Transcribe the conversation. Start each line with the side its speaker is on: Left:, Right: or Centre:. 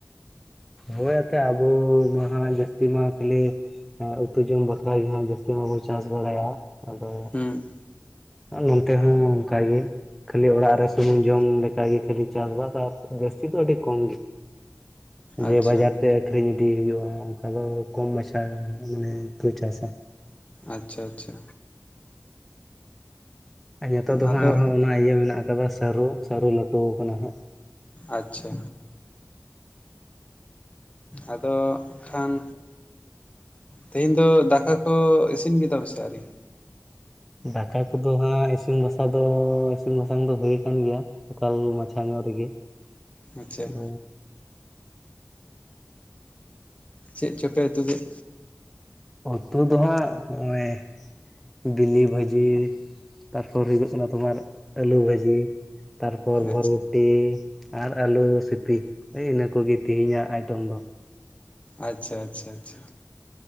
Centre: ᱦᱳᱭ ᱮᱱᱛᱮ ᱟᱵᱚ ᱢᱟ ᱦᱟᱸ ᱡᱟᱹᱥᱛᱤ ᱢᱟ ᱠᱷᱟᱹᱞᱤᱼᱼ ᱦᱮᱸ ᱩᱛᱩ ᱡᱚᱢ ᱵᱟᱠᱷᱨᱟ ᱜᱮ ᱦᱟᱸᱜ ᱡᱟᱹᱥᱛᱤ ᱢᱟᱵᱚ ᱪᱟᱥ ᱵᱟᱲᱟᱭᱟ ᱟᱫᱚ
Left: ᱦᱩᱸ
Centre: ᱱᱚᱱᱛᱮ ᱦᱚᱸ ᱚᱝᱠᱟᱜ ᱜᱮ ᱠᱷᱟᱹᱞᱤ ᱚᱲᱟᱜ
Left: ᱟᱪᱪᱷᱟ
Centre: ᱥᱩᱱᱩᱢ ᱡᱚᱢ ᱞᱮᱠᱟᱜ ᱜᱮ ᱠᱷᱟᱹᱞᱤ ᱪᱟᱥᱵᱟᱥ ᱟᱨ ᱡᱟᱹᱥᱛᱤ ᱫᱚ ᱟᱹᱰᱤ ᱠᱚᱢ ᱜᱮ ᱡᱮ
Left: ᱟᱪᱪᱷᱟ
Centre: ᱵᱟᱡᱟᱨ ᱛᱮ ᱟᱠᱷᱨᱤᱧ ᱤᱫᱤ ᱦᱩᱭᱩᱜᱼᱟ ᱚᱱᱠᱟ ᱫᱚ ᱠᱚᱢ ᱢᱟᱪᱷᱟ ᱢᱟᱱᱮ ᱠᱚ ᱪᱟᱥᱟ
Left: ᱟᱪᱪᱷᱟ ᱟᱪᱪᱷᱟ
Centre: ᱟᱨ ᱱᱤᱛᱚᱜ ᱫᱚ
Left: ᱟᱫᱚ
Centre: ᱦᱟᱸᱜ ᱟᱨᱦᱚᱸ ᱚᱱᱟ ᱤᱭᱟᱹ ᱢᱮᱱᱟᱜ ᱟᱠᱟᱫᱟ ᱥᱟᱹᱨᱩ ᱥᱟᱹᱨᱩ ᱞᱟᱹᱴᱩ ᱟᱠᱟᱱᱟ ᱦᱟᱸᱜ
Left: ᱟᱪᱪᱷᱟ ᱟᱫᱚ ᱠᱷᱟᱱ ᱛᱮᱦᱮᱧ ᱫᱚ ᱫᱟᱠᱟ ᱠᱚ ᱤᱥᱤᱱ ᱜᱮᱫᱟ ᱯᱮ ᱥᱮ ᱟᱣᱨᱤ
Centre: ᱫᱟᱠᱟ ᱠᱚᱫᱚ ᱦᱟᱸᱜ ᱤᱥᱤᱱ ᱵᱟᱥᱟᱝ ᱫᱚ ᱤᱥᱤᱱ ᱵᱟᱥᱟᱝ ᱫᱚ ᱦᱩᱭ ᱟᱠᱟᱱ ᱜᱮᱭᱟ ᱥᱚᱠᱟᱞ ᱢᱟᱪᱷᱟ ᱧᱚᱜ ᱨᱮᱜᱮ
Left: ᱟᱪᱪᱷᱟ
Centre: ᱟᱫᱚ
Left: ᱪᱮᱫ ᱪᱚᱯᱮ ᱩᱛᱩ ᱠᱮᱫ
Centre: ᱩᱛᱩ ᱫᱚ ᱦᱟᱸᱜ ᱱᱚᱜᱼᱚᱭ ᱵᱤᱞᱤ ᱵᱷᱟᱹᱡᱤ ᱛᱟᱨᱯᱚᱨ ᱦᱩᱭᱩᱜ ᱠᱟᱱᱟ ᱛᱳᱢᱟᱨ ᱟᱹᱞᱩ ᱵᱷᱟᱹᱡᱤ ᱛᱟᱨᱯᱚᱨ ᱵᱷᱚᱨᱵᱚᱴᱤ
Left: ᱟᱪᱪᱷᱟ
Centre: ᱟᱨ ᱟᱞᱩ ᱥᱤᱯᱤ ᱮᱭ ᱤᱱᱟᱹ ᱠᱚᱜᱮ ᱛᱮᱦᱮᱧᱟᱜ ᱟᱭᱴᱮᱚᱢ ᱫᱚ
Left: ᱟᱪᱪᱷᱟ ᱟᱪᱪᱷᱟ ᱟᱪᱪᱷᱟ